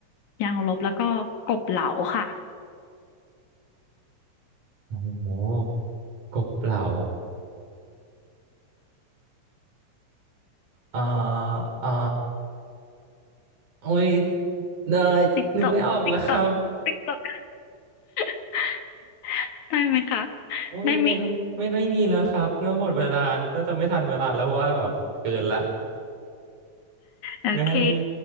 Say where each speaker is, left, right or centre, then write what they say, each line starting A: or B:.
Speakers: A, on the left; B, on the right.
A: ยางลบแล้วก็กบเหลาค่ะ
B: โอ้โหกบเหลาเอ่อเอ่อโอ้ยเนยนึกไม่ออกเลยครับ
A: ติ๊กตอกติ๊กตอกติ๊กตอก <laughs> ได้ไหมคะ
B: โอ้ยไม่ไม่ไม่มีแล้วครับเนื่อหมดเวลาน่าจะไม่ทันเวลาแล้วเพราะว่าแบบเกินละ
A: ได้ไหมยโอเค
B: งั้นให้พี่